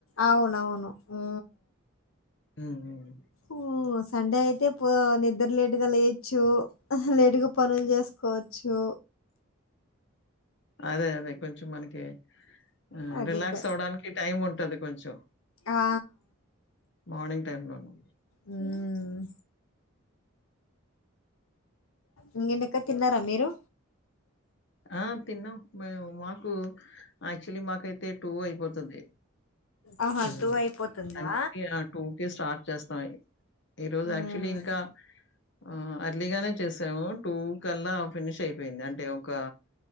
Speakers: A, on the left; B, on the left.
A: అవునవును ఊ
B: ఉ ఊ
A: ఊ సండే అయితే పో నిద్ర లేట్ గ లేయొచ్చు లేటుగ పనులు చేసుకోవచ్చు
B: అదె అదె కొంచెం మనకి ఎ
A: అది
B: రిలాక్స్
A: ప
B: అవ్వడానికి టైం ఉంటది కొంచెం
A: ఆ
B: మార్నింగ్ టైమ్ లోను
A: మ్ ఇంకెటక్క తిన్నార మీరు
B: ఆ తిన్నాం మము మాకు యాక్చువల్లీ మాకైతే టూ అయిపోతుంది
A: ఆహా
B: ఆ
A: టూ అయిపోతుందా?
B: అందుకే టూ కె స్టార్ట్ చేస్తాం ఈరోోజు
A: మ్
B: యాక్చువల్లీ ఇంకా ఆ అర్లీగానే చేసాము టూ కల్ల ఫినిష్ అయిపోయింది అంటే ఒక